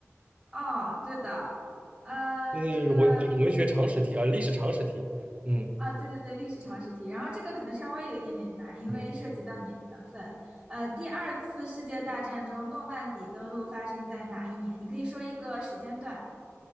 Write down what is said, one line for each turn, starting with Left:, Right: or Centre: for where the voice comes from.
Centre: 哦，对的，呃，
Right: 就是文我学常识题啊，
Centre: 这个
Right: 历史常识题，嗯
Centre: 啊，对对对，历史常识题。然后这个可能稍微有一点点难，因为涉及到年份。
Right: 嗯，
Centre: 呃，第二次世界大战中，诺曼底登陆发生在哪一年？你可以说一个时间段。